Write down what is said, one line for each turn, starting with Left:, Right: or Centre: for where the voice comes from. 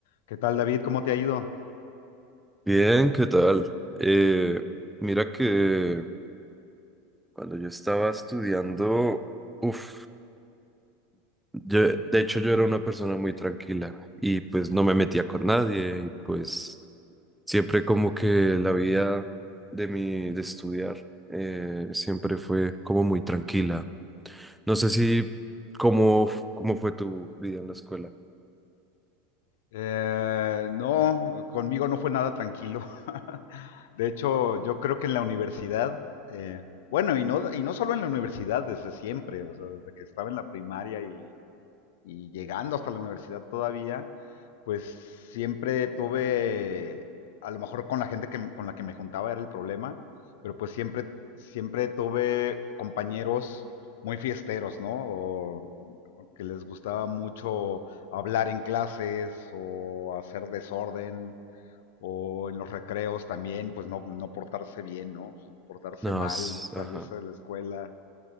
Left: ¿Qué tal, David? ¿Cómo te ha ido?
Centre: Bien, ¿qué tal? Eh, mira que cuando yo estaba estudiando, uff, yo, de hecho yo era una persona muy tranquila y pues no me metía con nadie y pues siempre como que la vida de mi, de estudiar, eh, siempre fue como muy tranquila. No sé si cómo, f- cómo fue tu vida en la escuela.
Left: Eh, no, conmigo no fue nada tranquilo. <laughs> De hecho, yo creo que en la universidad, eh, bueno, y no, y no solo en la universidad, desde siempre, o sea, desde que estaba en la primaria y y llegando hasta la universidad todavía, pues siempre tuve, a lo mejor con la gente que, con la que me juntaba era el problema, pero pues siempre, siempre tuve compañeros muy fiesteros, ¿no? O, o que les gustaba mucho hablar en clases o hacer desorden o en los recreos también, pues no, no portarse bien, ¿no? Portarse
Centre: No,
Left: mal,
Centre: es-
Left: salirse
Centre: ajá.
Left: de la escuela.